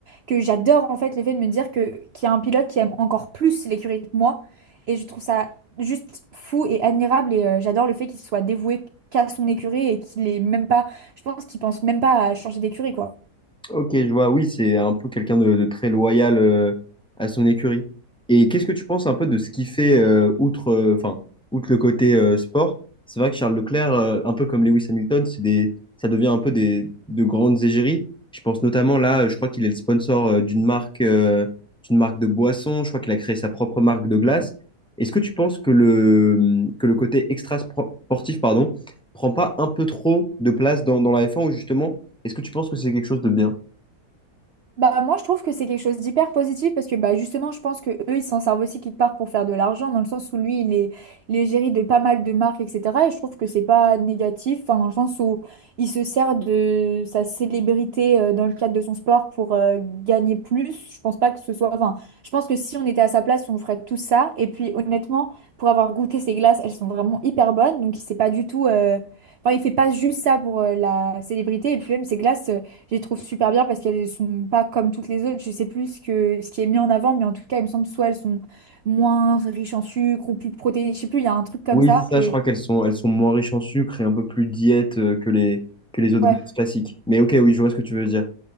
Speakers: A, on the right (about 85°); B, in the centre.
A: que j'adore en fait le fait de me dire que qu'il y a un pilote qui aime encore plus l'écurie que moi. Et je trouve ça juste fou et admirable. Et euh, j'adore le fait qu'il soit dévoué qu'à son écurie et qu'il est même pas. Je pense qu'il pense même pas à changer d'écurie, quoi.
B: Ok, je vois, oui, c'est un peu quelqu'un de, de très loyal euh, à son écurie. Et qu'est-ce que tu penses un peu de ce qu'il fait euh, outre, euh, enfin, outre le côté euh, sport? C'est vrai que Charles Leclerc, euh, un peu comme Lewis Hamilton, c'est des, ça devient un peu des, de grandes égéries. Je pense notamment là, je crois qu'il est le sponsor euh, d'une marque, euh, d'une marque de boisson. Je crois qu'il a créé sa propre marque de glace. Est-ce que tu penses que le, hum, que le côté extra-sportif, pardon, prend pas un peu trop de place dans, dans la F1 ou justement, est-ce que tu penses que c'est quelque chose de bien?
A: Bah, moi, je trouve que c'est quelque chose d'hyper positif parce que bah, justement, je pense que eux, ils s'en servent aussi quelque part pour faire de l'argent, dans le sens où lui, il est, il est géré de pas mal de marques, etc. Et je trouve que c'est pas négatif, enfin, dans le sens où il se sert de sa célébrité euh, dans le cadre de son sport pour euh, gagner plus. Je pense pas que ce soit. Enfin, je pense que si on était à sa place, on ferait tout ça. Et puis, honnêtement, pour avoir goûté ses glaces, elles sont vraiment hyper bonnes. Donc, c'est pas du tout. euh, Enfin, il fait pas juste ça pour euh, la célébrité. Et puis, même ses glaces. euh, je les trouve super bien parce qu'elles sont pas comme toutes les autres. Je sais plus ce que, ce qui est mis en avant, mais en tout cas, il me semble soit elles sont moins riches en sucre ou plus protéinées. Je sais plus, il y a un truc comme
B: Oui,
A: ça.
B: c'est ça,
A: Et
B: je crois qu'elles sont, elles sont moins riches en sucre et un peu plus diète euh, que les, que les autres
A: ouais.
B: glaces classiques. Mais ok, oui, je vois ce que tu veux dire.